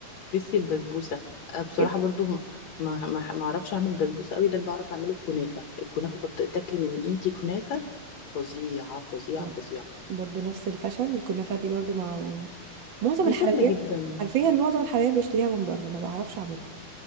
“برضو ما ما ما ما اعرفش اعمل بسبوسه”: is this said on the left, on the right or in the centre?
Left